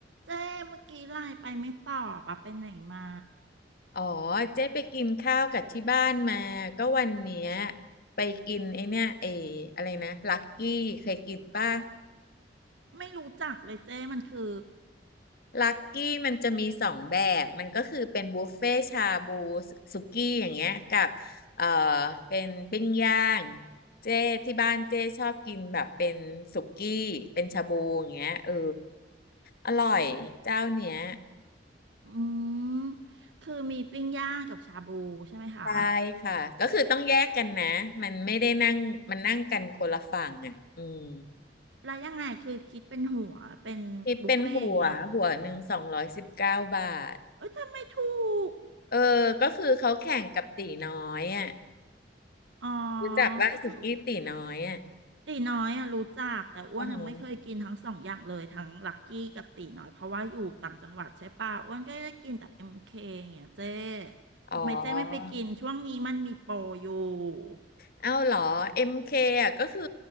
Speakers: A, on the right; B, on the left.
A: เจ้เมื่อกี้ไลน์ไปไม่ตอบอะไปไหนมา
B: อ๋อเจ๊ไปกินข้าวกับที่บ้านมาก็วันเนี้ยไปกินไอเนี่ยไออะไรนะลักกี้เคยกินป่ะ
A: ไม่รู้จักเลยเจ้มันคือ
B: ลักกี้มันจะมีสองแบบมันก็คือเป็นบุฟเฟ่ชาบูสุกี้อย่างเงี้ยกับเอ่อเป็นปิ้งย่างเจ๊ที่บ้านเจ๊ชอบกินแบบเป็นสุกี้เป็นชาบูอย่างเงี้ยเอออร่อยเจ้าเนี้ย
A: อืมคือมีปิ้งย่างกับชาบูใช่ไหมคะ
B: ได้ค่ะก็คือต้องแยกกันนะมันไม่ได้นั่งมันนั่งกันคนละฝั่งอ่ะอืม
A: แล้วยังไงคือคิดเป็นหัวเป็นบุฟเฟ่ต์อย่างเงี้ยเหรอ
B: คิดเป็นหัวหัวหนึ่งสองร้อยสิบเก้าบาท
A: เอ้ยทำไมถูก
B: เออก็คือเขาแข่งกับตีน้อยอ่ะ
A: อ๋อ
B: รู้จักว่าสุกี้ตีน้อยอ่ะ
A: ก็คือตีน้อยอะรู้จักแต่อ้วนอะไม่เคยกินทั้งสองอย่างเลยทั้งลักกี้กับตีน้อยเพราะว่าอยู่ต่างจังหวัดใช่ป่ะอ้วนก็ได้กินแต่เอ็มเคอย่างเงี้ยเจ้
B: ว่าฮหอ๋อ
A: ทำไมเจ้ไม่ไปกินช่วงนี้มันมีโปรอยู่
B: เอ้าเหรอ MK อมเคอ่ะก็คือ